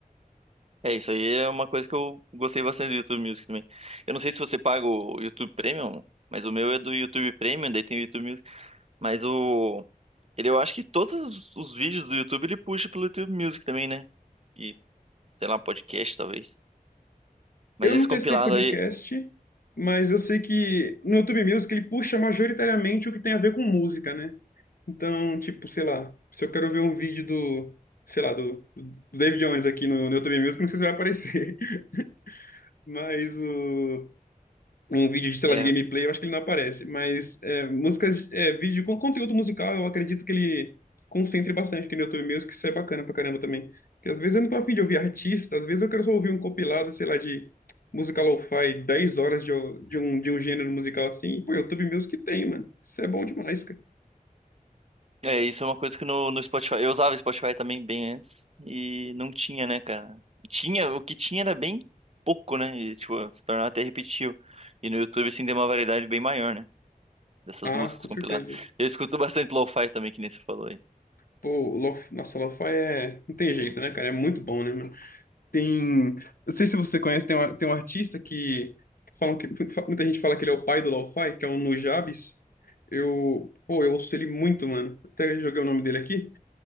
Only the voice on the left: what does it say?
Eu
não testei
podcast,
mas eu sei que no YouTube Music ele puxa majoritariamente o que tem a ver com música, né? Então, tipo, sei lá, se eu quero ver um vídeo do, sei lá, do, do David Jones aqui no, no YouTube Music, não sei se vai aparecer. <laughs> Mas o um vídeo de, sei
lá, de gameplay, eu acho que ele não aparece, mas é, músicas, é, vídeo com conteúdo musical, eu acredito que ele concentre bastante aqui no YouTube Music, isso é bacana pra caramba também. Porque às vezes eu não tô afim de ouvir artista, às vezes eu quero só ouvir um compilado, sei lá, de música lo-fi, 10 horas de, o- de um, de um gênero musical assim, e pô, YouTube Music tem, mano. Isso é bom demais, cara.
Ah,
com
certeza.
Pô, lo, nossa, lo-fi é... não tem jeito, né, cara? É muito bom, né, mano? Tem. Eu sei se você conhece, tem, uma, tem um artista que, falam que. Muita gente fala que ele é o pai do lo-fi, que é o Nujabes. Eu. Pô, eu ouço ele muito, mano. Até joguei o nome dele aqui.